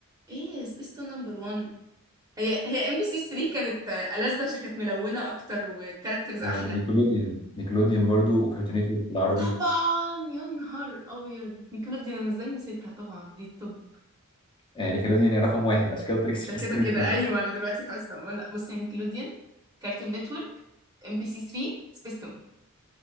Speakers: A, on the right (about 15°); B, on the left (about 20°).
A: ايه سبيستون نمبر 1 هي هي ام بي سي 3 كانت ألذ عشان كانت ملونه اكتر وكاركترز
B: ونيكولوديان
A: احلى
B: نيكولوديان برضو وكارتون نتورك بالعربي
A: طبعا يا نهار ابيض نيكلوديان أنا ازاي نسيتها طبعا دي التوب
B: يعني نيكولوديان هي رقم واحد عشان كده قلت لك <laughs> سبيس
A: ده كده
B: تون
A: كده
B: اتنين
A: ايوه انا دلوقتي خلاص طب لا بص يعني نيكلوديان كارتون نتورك ام بي سي 3 سبيستون